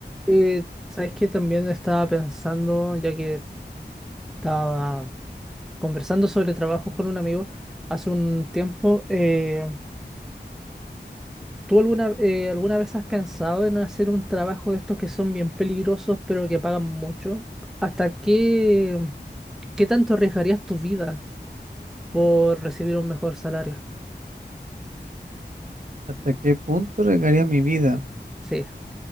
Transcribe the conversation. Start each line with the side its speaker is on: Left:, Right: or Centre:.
Centre: Eh, ¿sabes qué? También estaba pensando, ya que estaba conversando sobre trabajos con un amigo hace un tiempo, eh, ¿tú alguna, eh, alguna vez has pensado en hacer un trabajo de estos que son bien peligrosos pero que pagan mucho? ¿Hasta qué, qué tanto arriesgarías tu vida por recibir un mejor salario?
Right: ¿Hasta qué punto regaría mi vida?
Centre: Sí.